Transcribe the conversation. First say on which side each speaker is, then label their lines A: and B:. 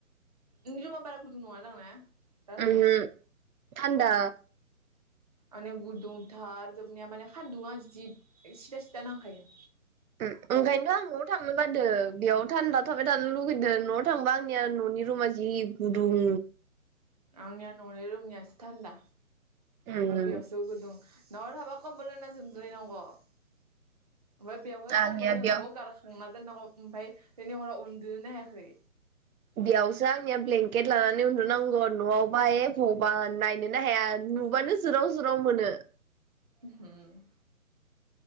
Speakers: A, on the right (about 30°); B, on the right (about 80°).
A: नोंनि रुमा बारा गुदुं नङा दां ना? दा
B: उमहो
A: थानाया?
B: थान्दा।
A: आंनिया गुदुंथार जोबनाया माने सानदुङा जि सिदा सिदा नांखायो।
B: उम ओंखायनोथ आं न'आव थांनो बादो बेयाव थान्दा थाबाय थानो लुगैदों न'आव थांबा आंनिया ननि रुमा जि गुदुं।
A: आंनिया न'नि रुमनियासो थान्दा।
B: उम
A: बा बेयावसो गुदुं। न'आव थाबा खमबल बायना उनदुलायनांग। ओमफाय बेवहाय
B: आंनिया
A: खमफखौ
B: बेयाव
A: हाबाव गारखांना दोननांगौ ओमफाय दिनै हराव उन्दुनोनो हायाखै।
B: बेयावसो आंनिया ब्लेंकेट लानानै उन्दुनांग न'आवबा ए भगबान नायनोनो हाया नुबानो जोराव जोराव मोनो।
A: उमहो